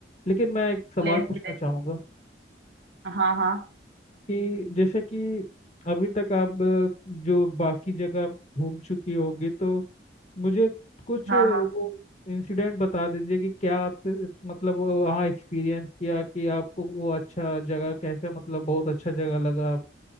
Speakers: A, on the left; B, on the right.
A: लेकिन मैं एक सवाल
B: प्लेस
A: पूछना
B: भी देख
A: चाहूँगा
B: हाँ हाँ
A: कि जैसे कि अभी तक आप अ, जो बाकी जगह घूम चुकी होंगी तो मुझे कुछ
B: हाँ
A: अ, वो
B: हाँ
A: इंसिडेंट बता दीजिए कि क्या आपसे मतलब वो वहाँ एक्सपीरियंस किया कि आपको वो अच्छा जगह कैसे मतलब बहुत अच्छा जगह लगा आप